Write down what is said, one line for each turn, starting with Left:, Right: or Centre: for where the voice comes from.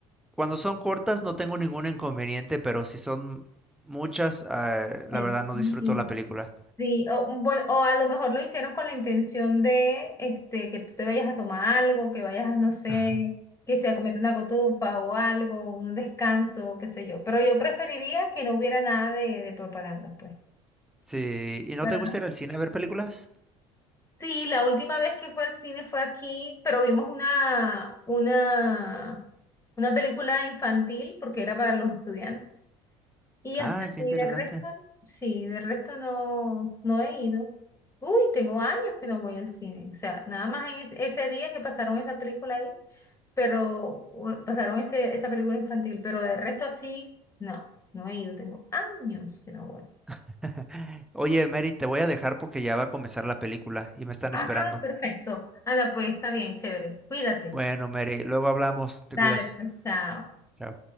Centre: cuando son cortas no tengo ningún inconveniente, pero si son muchas, ah, la
Left: Ay,
Centre: verdad no
Left: sí.
Centre: disfruto la película.
Left: Sí, o, bueno, o a lo mejor lo hicieron con la intención de este, que tú te vayas a tomar algo, que vayas, no sé,
Centre: <laughs>
Left: que se comete una cotufa o algo, un descanso, qué sé yo. Pero yo preferiría que no hubiera nada de, de propaganda, pues.
Centre: Sí, ¿y no
Left: ¿Verdad?
Centre: te gusta ir al cine a ver películas?
Left: Sí, la última vez que fue al cine fue aquí, pero vimos una, una, una película infantil porque era para los estudiantes. Y hasta
Centre: Ah, qué
Left: y
Centre: interesante.
Left: de resto, sí, de resto no, no he ido. Uy, tengo años que no voy al cine. O sea, nada más en es- ese, día que pasaron esa película ahí, pero u- pasaron ese, esa película infantil, pero de resto así, no, no he ido. Tengo años que no voy.
Centre: <laughs> Oye, Mary, te voy a dejar porque ya va a comenzar la película y me están
Left: Ah,
Centre: esperando.
Left: perfecto. Anda, pues está bien, chévere. Cuídate.
Centre: Bueno, Mary, luego hablamos,
Left: Dale,
Centre: te cuidas.
Left: pues, chao.
Centre: Chao.